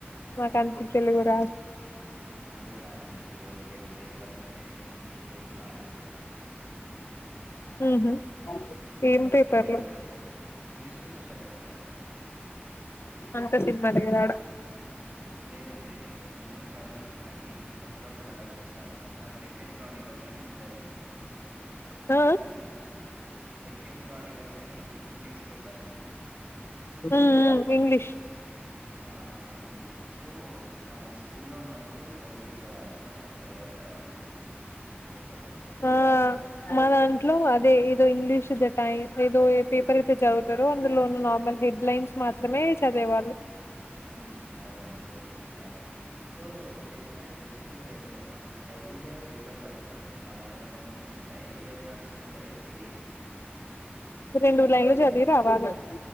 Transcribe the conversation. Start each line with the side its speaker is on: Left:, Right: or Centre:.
Left: మొకానికి తెలుగు రాద్
Right: నాగ్గూడ్ రాదండి ఇగో ఇ ఏదో పేపర్లుంటే తీస్ ఈటు వాడేస్తుండా
Left: ఉహు
Right: ఉమ్
Left: ఏం పేపర్లు
Right: మీరు న్యూస్ పేపర్ చదువుతారా అండి
Left: అంత సినిమా లేదాడా
Right: లేదండి లైక్ నేను గూడా చదవను కానీ అప్పుడప్పుడు అలా చూస్తా అనమాట డెక్కెన్ క్రానికల్స్ అని ఉంటది
Left: అ అ
Right: డెక్కన్ క్రానికల్స్ అని న్యూస్ పేపర్ అండి
Left: ఆ ఇంగ్లీష్
Right: ఆ ఇంగ్లీష్ సో మా స్కూల్లో ఉన్నప్పుడు చదిపించేవారన్మాట ప్రేయర్ తర్వాత ఒకక వె
Left: ఆ మా దాంట్లో అదే ఏదో ఇంగ్లీష్ ద టైమ్ ఏదో ఏ పేపర్ అయితే చదువుతారో అందులో ఉన్న నార్మల్ హెడ్లైన్స్ మాత్రమే చదివేవాళ్ళు
Right: ఉ అవునండి సేమ్ మేము కూడా అలాని సో పెద్ద వచ్చిన కూడా ఏం లేదు మాకు స్టైల్ గా పేపర్ పటి టుకొని అంద మ ఇ ముందు స్టైల్ గ నడస్కుంట పోయి ఏ
Left: రెండుూరులైంగలో చది వ